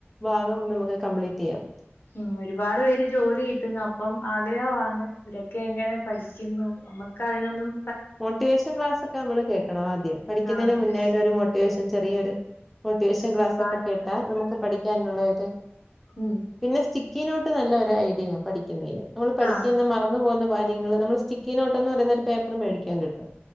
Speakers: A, in the centre; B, on the left (about 55°).
A: ഭാഗം നമുക്ക് കംപ്ലീറ്റ് ചെയ്യാത്.
B: ഉം. ഒരുപാട് പേര് ജോലി കിട്ടുന്നു. അപ്പം ആഗ്രഹവാണ് ഇവരൊക്കെ എങ്ങനെ പഠിക്കുന്നു നമ്മ ക്കതിനൊന്നും
A: മോട്ടിവേഷൻ ക്ലാസ്സൊക്കെ നമ്മള് കേൾക്കണം ആദ്യം. പഠിക്കുന്നതിന്
B: ആ! അതെ.
A: മുന്നായിട്ട് ഒരു മോട്ടിവേഷൻ ചെറിയ ഒരു മോട്ടിവേഷൻ ക്ലാസ്സൊക്കെ
B: ഒരുപാടുണ്ട്.
A: കേട്ടാ നമുക്ക് പഠിക്കാനുള്ള ഒരു
B: ഉം.
A: പിന്നെ സ്റ്റിക്കിനോട്ട് നല്ല ഒരു ഐഡിയയാ പഠിക്കുന്നതിന്. നമ്മള് പഠിക്കുന്ന
B: ആ!
A: മറന്നു പോകുന്ന കാര്യങ്ങള് നമ്മള് സ്റ്റിക്കി നോട്ടെന്ന് പറയുന്ന ഒരു പേപ്പറ് മേടിക്കാൻ കിട്ടും.